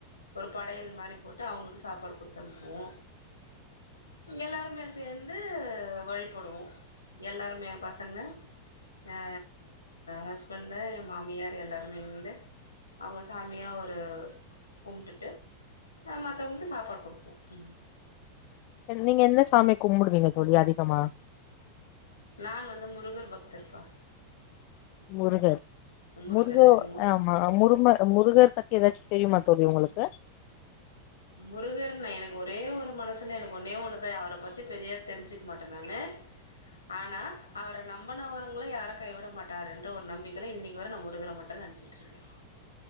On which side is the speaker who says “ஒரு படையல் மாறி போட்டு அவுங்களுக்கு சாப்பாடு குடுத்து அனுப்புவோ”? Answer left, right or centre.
Left